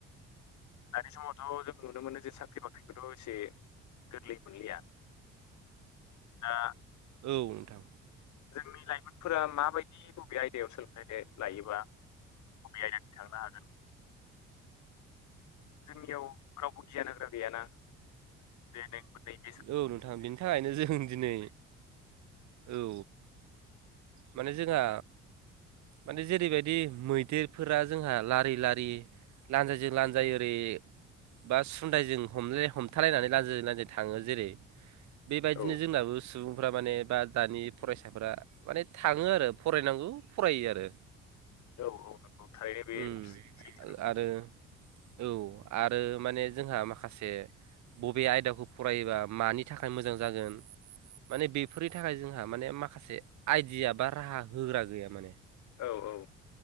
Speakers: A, on the left; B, on the right.
A: दानि समावथ' जों नुनो मोनो जे साख्रि बाख्रिखौथ' एसे गोरलै मोनलिया दा
B: औ नोंथां।
A: जोंनि लाइमोनफोरा माबायदि बबे आयदायाव सोलोंथाइ लायोबा बबे आयदानि थांनो हागोन। जोंनियाव रावबो गियान होग्रा गैयाना दे नोंमोनै <unintelligible>
B: औ नोंथां बेनि थाखायनो जों दिनै औ माने जोंहा माने जेरैबायदि मैदेरफोरा जोंहा लारि लारि लानजायजों लानजाय ओरै बा सुन्दायजों हमलाय हमथालायनानै लानजाय जो लानजाय थाङो जेरै बेबायदिनो
A: मोनहैगोन
B: जोंनाबो सुबुंफ्रा माने बा दानि फरायसाफोरा माने थाङो आरो फरायनांगौ फरायो आरो
A: नंथारनांगौ औ औ नंगौ थारैनो बे
B: ओम
A: सैथो नोंथां
B: आरो औ आरो माने जोंहा माखासे बबे आयदाखौ फरायोबा मानि थाखाय मोजां जागोन माने बेफोरनि थाखाय जोंहा माने माखासे आइडिया बा राहा होग्रा गैया माने।
A: औ औ